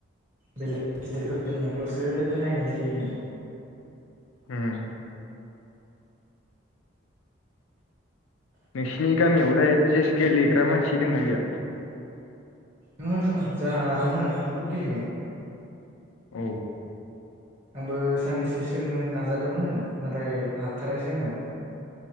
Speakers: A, on the right; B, on the left.
A: बेलेग गिदिरफोर गेलेनायखौल'सो नायनाय जायो आङो
B: उम नोंसिनि गामियावलाय चेस गेलेग्रा मानसि दोंना गैया
A: दोङो दोङो जोंहा आदा मोनानो बहुद गेलेयो
B: औ
A: आंबो साननैसो सोलोंनो नाजादोंमोन नाथाय हाथथारासै आङो